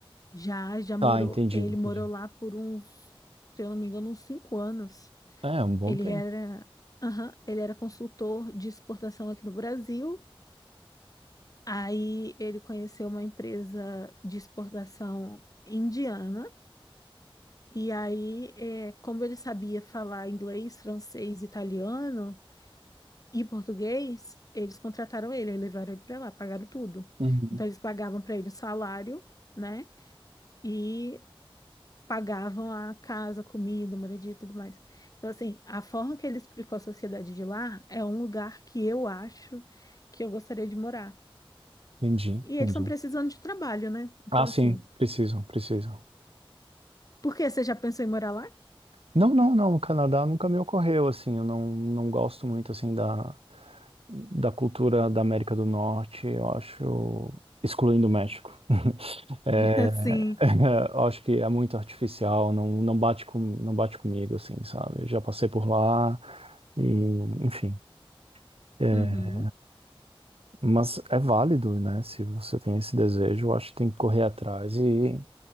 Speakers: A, on the left; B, on the right.
A: já já
B: Tá,
A: morou.
B: entendi,
A: Ele
B: entendi.
A: morou lá por uns, se eu não me engano, uns cinco anos.
B: É, um bom
A: Ele
B: tempo.
A: era, aham, ele era consultor de exportação aqui no Brasil. Aí ele conheceu uma empresa de exportação indiana, e aí, eh, como ele sabia falar inglês, francês, italiano e português, eles contrataram ele, aí levaram ele para lá, pagaram tudo.
B: Uhum.
A: Então eles pagavam para ele o salário, né? E pagavam a casa, comida, moradia e tudo mais. Então, assim, a forma que ele explicou a sociedade de lá é um lugar que eu acho que eu gostaria de morar.
B: Entendi,
A: E
B: entendi.
A: eles estão precisando de trabalho, né? Então,
B: Ah, sim,
A: assim.
B: precisam, precisam.
A: Por quê? Você já pensou em morar lá?
B: Não, não, não, o Canadá nunca me ocorreu, assim, eu não, não gosto muito, assim, da, da cultura da América do Norte, eu acho, excluindo o México. É,
A: <laughs> Sim.
B: <laughs> eu acho que é muito artificial, não, não bate com, não bate comigo, assim, sabe? Eu já passei por lá e, enfim. é,
A: Uhum,
B: Mas é válido, né? Se você tem esse desejo, eu acho que tem que correr atrás e,